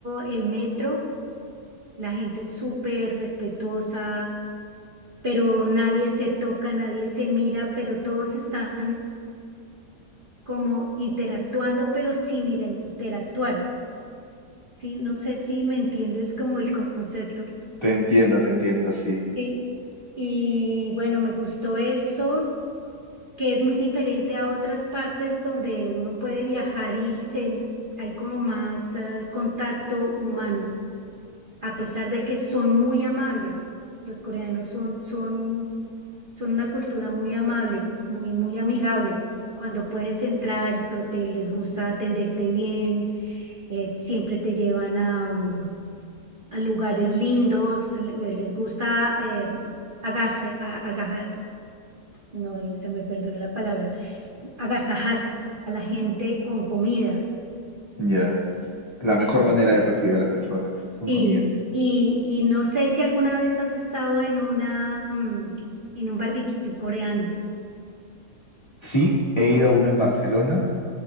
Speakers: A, on the right (about 35°); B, on the left (about 15°).
A: el metro, la gente es súper respetuosa, pero nadie se toca, nadie se mira, pero todos están como interactuando, pero sin ir a interactuar. Sí, no sé si me entiendes como el concepto.
B: Te entiendo, te entiendo, sí.
A: Y, y bueno, me gustó eso, que es muy diferente a otras partes donde uno puede viajar y se- hay como más eh, contacto humano, a pesar de que son muy amables. Los coreanos son, son, son una cultura muy amable, muy, muy amigable. Cuando puedes entrar, so- te, les gusta atenderte bien, eh, siempre te llevan a, mm, a lugares lindos, le- les gusta eh, agase, a- agaja- no, se me perdió la palabra, agasajar a la gente con comida.
B: Ya. La mejor
A: Entonces,
B: manera de recibir a las personas con
A: sí,
B: comida.
A: y, y no sé si alguna vez has estado en una, mm, en un barbecue coreano.
B: Sí, he ido a uno en Barcelona